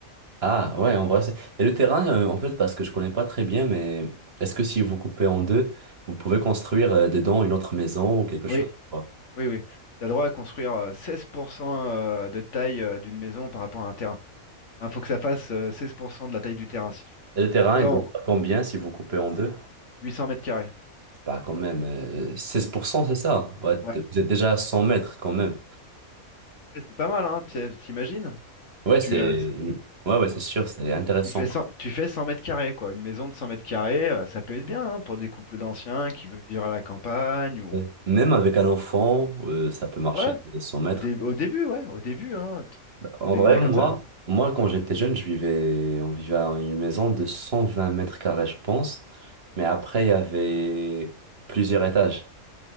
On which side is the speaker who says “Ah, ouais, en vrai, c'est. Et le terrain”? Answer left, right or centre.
Right